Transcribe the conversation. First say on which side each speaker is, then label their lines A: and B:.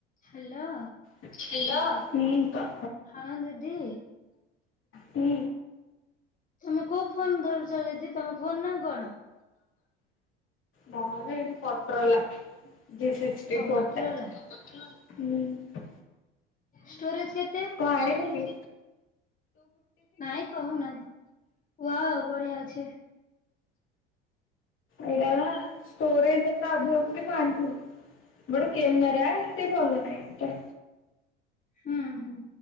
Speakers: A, on the left (about 25°); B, on the left (about 40°).
A: Hello.
B: Hello ହୁ କ
A: ହଁ ଦିଦି।
B: ହୁଁ।
A: ତମେ କୋଉ ଫୋନ ଧରୁଛ ଦିଦି ତମେ ଫୋନ ନାଁ କଣ?
B: ମର ଏଇନ ପଟରଲା। ଜି ସିକସଟି
A: ଓ
B: ଫୋର୍
A: ମଟରଲା
B: ଟା।
A: ଷ୍ଟୋରେଜ କେତେ?
B: କଣ ଆଣିବୁ କି?
A: ନାଇଁ କହୁ ନା ହ ବଢିଅଛି।
B: ଏଇଟା ନା ଷ୍ଟୋରେଜ ଅଧିକ ବୋଲି ମୁଁ ଆଣିଥିଲି। ଗୋଟେ କ୍ୟାମେରା ଏମତି ଭଲ ନାହିଁ ଏତେ
A: ହୁଁ ହୁଁ।